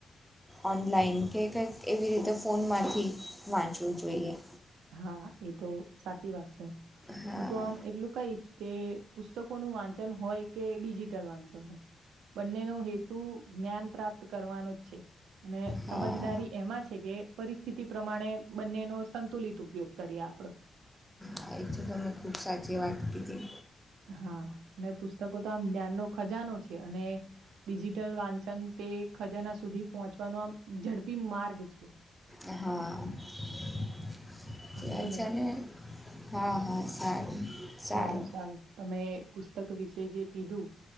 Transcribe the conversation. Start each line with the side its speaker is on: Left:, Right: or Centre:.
Centre: ઓનલાઈન કે કંઈક એવી રીતે ફોનમાંથી વાંચવું જોઈએ.
Right: હા એ તો સાચી વાત છે.
Centre: હા
Right: હું તો આમ એટલું કહીશ કે પુસ્તકો નું વાંચન હોય કે ડિજિટલ વાંચન હોય. બંનેનો હેતુ જ્ઞાન પ્રાપ્ત કરવાનો જ છે. અને
Centre: હા
Right: સમજદારી એમાં છે કે પરિસ્થિતિ પ્રમાણે બંને નો સંતુલિત ઉપયોગ કરીએ આપડો
Centre: હા એ જ તો તમે ખૂબ સાચી વાત કીધી.
Right: હા અને પુસ્તકો તો આમ જ્ઞાનનો ખજાનો છે અને ડિજિટલ વાંચન તે ખજાના સુધી પહોંચવાનો આમ ઝડપી માર્ગ છે.
Centre: એ હા. <unintelligible>
Right: વાંધો નહી
Centre: ને હા હા સારું સારુ.
Right: સારું સારું તમે પુસ્તક વિશે જે કીધું